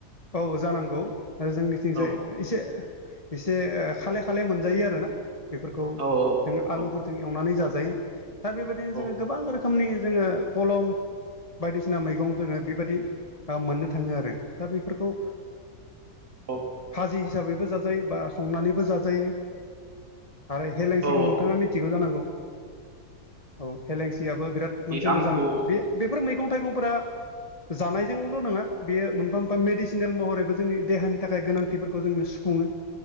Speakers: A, on the left; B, on the right.
A: औ जानांगौ जोंनिथिंजाय
B: औ
A: एसे एसे खाले खाले मोनजायो आरोना बेफोरखौ
B: औ
A: जों आलुफोरजों
B: औ
A: एवनानै जाजायो दा बेबायदिनो
B: औ
A: जोङो गोबां रो खोमनि जोङो कलम बायदिसिना मैगं जोङो बेबायदि मोननो थाङो आरो फोरखौ ओ
B: औ
A: भाजि हिसाबैबो जाजायो बा संनानैबो जाजायो आरो हेलेंसिखौ
B: औ
A: नोंथाङा मिथिगौ जानांगौ। औ हेलेंसियाबो बिराद मोनसे
B: आंथ'
A: मोजां
B: औ
A: बे बेफोर मैगं थाइगंफोरा जानायजोंल' नङा बेयो मोनफा मेडिसिनेल महरैबो जोंनि देहानि थाखाय गोनांथिफोरखौ जोंनो सुफुङो